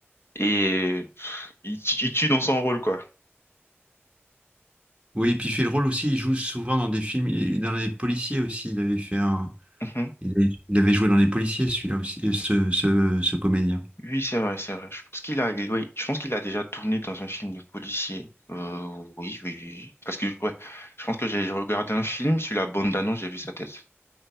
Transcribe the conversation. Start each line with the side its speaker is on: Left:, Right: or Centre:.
Left: Et il, tu- il tue dans son rôle, quoi.
Right: oui, puis il fait le rôle aussi. Il joue souvent dans des films, il- dans les policiers aussi. Il avait fait un,
Left: Mhm.
Right: il avait, il avait joué dans les policiers, celui-là aussi, euh, ce, ce, ce comédien.
Left: Oui, c'est vrai, c'est vrai. Je pense qu'il a, il- oui, je pense qu'il a déjà tourné dans un film de policier. Euh, oui, oui, oui. oui. Parce que, ouais, je pense que j'ai j'ai regardé un film sur la bande annonce j'ai vu sa tête.